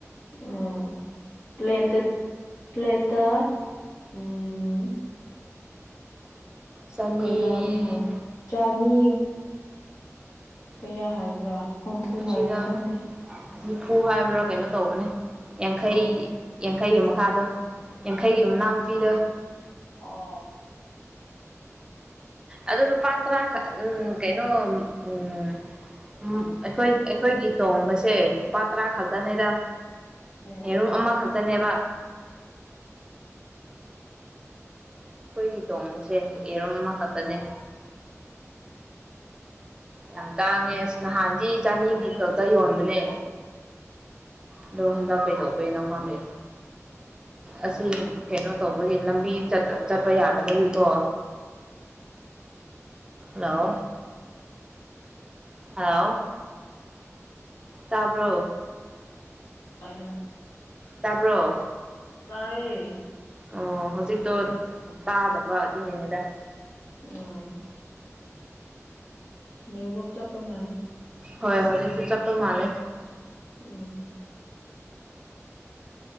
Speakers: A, on the left (about 70°); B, on the right (about 15°).
A: ꯑꯥ ꯄ꯭ꯂꯦꯇ ꯄ꯭ꯂꯦꯇ ꯎꯝ
B: ꯆꯅꯤ
A: ꯀꯌꯥꯅꯤ ꯍꯥꯏ ꯆꯥꯅꯤ ꯀꯌꯥ ꯍꯥꯏꯕ꯭ꯔꯥ ꯍꯨꯝꯐꯨ
B: ꯑꯁꯤꯗ
A: ꯍꯥꯏꯕ꯭ꯔꯥ ꯈꯪꯗꯦ
B: ꯅꯤꯐꯨ ꯍꯥꯏꯕ꯭ꯔꯥ ꯀꯩꯅꯣ ꯇꯧꯕꯅꯦ ꯌꯥꯡꯈꯩ
A: ꯎꯝ
B: ꯌꯥꯡꯈꯩ ꯃꯈꯥꯗꯣ ꯌꯥꯡꯈꯩꯒꯤ
A: ꯑꯣ
B: ꯑꯃꯅꯥ ꯑꯃꯨꯛ ꯄꯤꯗ
A: ꯑꯣ <unintelligible> <inaudible>
B: ꯑ ꯄꯥ ꯎꯝ ꯀꯩꯅꯣ ꯎꯝ ꯑꯩꯈꯣꯏ ꯑꯩꯈꯣꯏꯒꯤ ꯇꯣꯡꯕꯁꯦ ꯂꯨꯄꯥ ꯇꯔꯥ
A: ꯎꯝ
B: ꯈꯛꯇꯅꯤꯗ
A: ꯎꯝ
B: ꯌꯦꯔꯨꯝ ꯑꯃꯈꯛꯇ ꯟꯕ <inaudible> ꯑꯩꯈꯣꯏꯒꯤ ꯇꯣꯡꯕꯁꯦ ꯌꯦꯔꯣꯝ ꯑꯃꯈꯛꯇꯅꯦ ꯌꯥꯝ ꯇꯥꯡꯉꯦ ꯑꯁ ꯅꯍꯥꯟꯗꯤ ꯆꯅꯤꯒꯤ ꯈꯛꯇ ꯌꯣꯟꯕꯅꯦ ꯑꯗꯣ ꯍꯟꯗꯛ ꯀꯩꯗꯧꯕꯩꯅꯣ ꯈꯥꯟꯗ ꯑꯁꯤ ꯀꯩꯅꯣ ꯇꯧꯕꯒꯤ ꯂꯝꯕꯤ ꯆꯠꯄ ꯌꯥꯗꯕꯒꯤꯀꯣ
A: ꯍ <unintelligible> <inaudible>
B: ꯂꯑꯣ ꯍꯂꯣ ꯇꯥꯕ꯭ꯔꯣ
A: ꯇꯥꯏꯅ
B: ꯇꯄ꯭ꯔꯣ
A: ꯇꯥꯋꯦ
B: ꯑꯣ ꯍꯧꯖꯤꯛꯇꯣ ꯇꯥꯗꯕ ꯑꯗꯨꯒꯤꯅꯦꯗ
A: ꯎꯃꯝ ꯅꯔꯕꯣꯛ ꯆꯠꯄ ꯃꯥꯜꯂꯦ
B: ꯍꯣꯏ ꯍꯣꯏ ꯑꯗꯨꯗꯤ ꯆꯠꯄ ꯃꯥꯂꯦ
A: ꯎꯝ